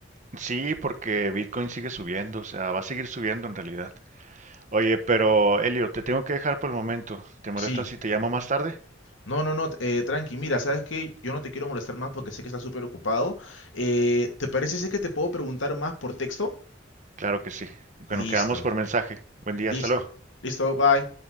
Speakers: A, on the right (about 40°); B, on the left (about 80°).
A: Sí, porque Bitcoin sigue subiendo, o sea, va a seguir subiendo en realidad. Oye, pero Elio, te tengo que dejar por el momento. ¿Te molesta
B: Sí.
A: si te llamo más tarde?
B: No, no, no, eh, tranqui, mira, ¿sabes qué? Yo no te quiero molestar más porque sé que estás súper ocupado. Eh, ¿te parece si es que te puedo preguntar más por texto?
A: Claro que sí. Bueno,
B: Listo,
A: quedamos por mensaje. Buen día,
B: listo,
A: hasta luego.
B: listo, bye.